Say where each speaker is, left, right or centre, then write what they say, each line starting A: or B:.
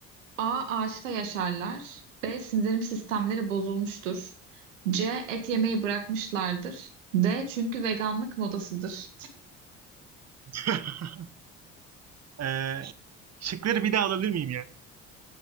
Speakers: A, on the right; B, on the right.
A: A. Ağaçta yaşarlar. B. Sindirim sistemleri bozulmuştur. C. Et yemeyi bırakmışlardır. D. Çünkü veganlık modasıdır.
B: <laughs> Ee, şıkları bir daha alabilir miyim ya?